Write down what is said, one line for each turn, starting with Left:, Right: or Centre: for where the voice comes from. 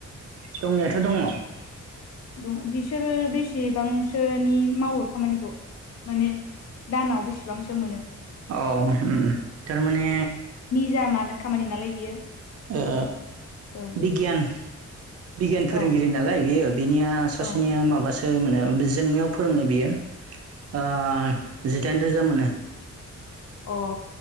Right: दंनायाथ' दङ'।
Left: दं बिसोरो बेसेबांसोनि मावो खामानिखौ? माने दानाव बेसेबांसो मोनो?
Right: अ ओम थारमाने
Left: जा मानो खामानि नालाय बियो
Right: ओ
Left: औ
Right: बिगियान बिगियान फोरोंगिरि
Left: औ
Right: नालाय बियो बिनिया सासेनिया
Left: औ
Right: माबासो मानो जोंमायाव फोरोङो बियो ओ जिदाइन रोजा मोनो।
Left: अ